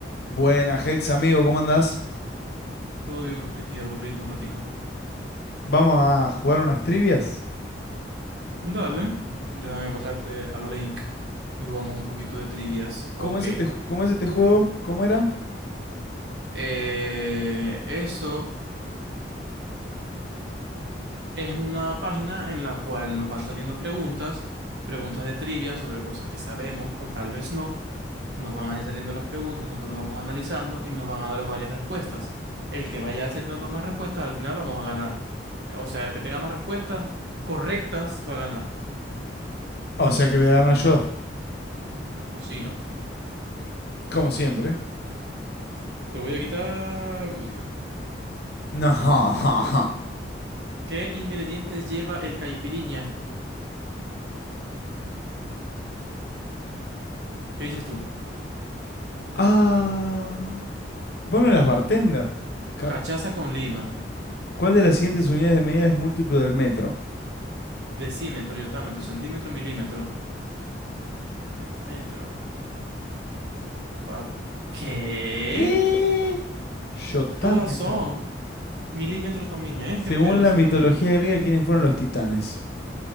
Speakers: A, on the left; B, on the right.
A: Buena, Hex, amigo, ¿cómo andás?
B: Todo bien, papi, aquí aburrido un ratico.
A: Vamos a jugar unas trivias.
B: Dale, déjame pasarte al link y jugamos un poquito de trivias. Ok.
A: ¿Cómo es este, ju- cómo es este juego? ¿Cómo era?
B: Eh, eso es una página en la cual nos van saliendo preguntas, preguntas de trivia sobre cosas que sabemos o tal vez no. Nos van a ir saliendo las preguntas, nosotros las vamos analizando y nos van a dar varias respuestas. El que vaya acertando más respuestas, al final vamos a ganar. O sea, el que tenga más respuestas correctas va a ganar.
A: O sea que voy a ganar yo,
B: O sí, ¿no?
A: como siempre.
B: Te voy a quitar música.
A: No. <laughs>
B: ¿Qué ingredientes lleva el caipiriña? ¿Qué dices tú?
A: Ah. Vos no eras bartender. Ca-
B: Cachaza con lima,
A: ¿Cuál de las siguientes unidades de medida es múltiplo del metro?
B: decímetro, iotámetro, centímetro, milímetro, eh, metro. fa- ¿Qué?
A: ¿Qué? Yotámetro.
B: Todas son milímetros también, ¿eh?
A: Según
B: ¿Qué pedo?
A: la
B: Según
A: mitología griega, ¿quiénes fueron los titanes?